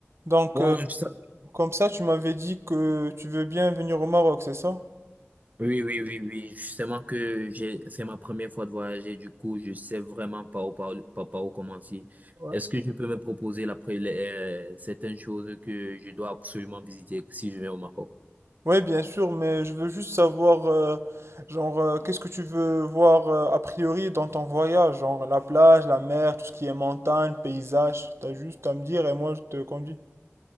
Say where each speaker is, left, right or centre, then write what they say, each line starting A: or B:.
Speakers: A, on the right; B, on the right.
A: Donc,
B: Bon,
A: euh,
B: je sais-
A: comme ça, tu m'avais dit que tu veux bien venir au Maroc, c'est ça?
B: oui, oui, oui, oui. Justement que j'ai, c'est ma première fois de voyager. Du coup, je sais vraiment pas où, par, pas, par où commencer.
A: Ouais.
B: Est-ce que tu peux me proposer la, pré- les- euh, certaines choses que je dois absolument visiter si je vais au Maroc?
A: Oui, bien sûr, mais je veux juste savoir, euh, genre, euh, qu'est-ce que tu veux voir euh, a priori dans ton voyage, genre la plage, la mer, tout ce qui est montagne, paysage. T'as juste à me dire et moi je te conduis.